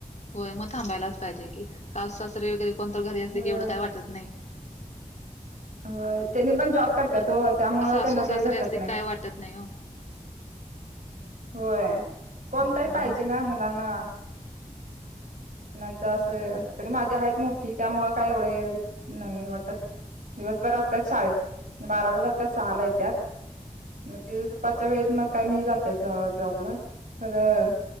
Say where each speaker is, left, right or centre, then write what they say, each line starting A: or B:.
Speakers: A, on the left; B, on the right.
A: होय मग थांबायलाच पाहिजे की सास सासरी वगैरे कोणत घरी असली
B: होय
A: की एवढं काही वाटत नाही.
B: होय त्यांनी पण जॉब करत्यात हो त्यामुळे
A: सासू
B: त्यांना
A: सासरे
B: वेळ भेटत
A: असले
B: नाही.
A: काय वाटत नाही हो.
B: होय कोणतरी
A: ह
B: पाहिजे ना मुलांना. णाच असं तरी माझ्या आहेत मोठी त्यामुळं काय एवढं नाही वाटत. दिवसभर असत्यात शाळेत बाराला जातात सहा ला येत्यात. म ते दुपारच्या वेळेत मग काय मी जातात. जॉब ला खरं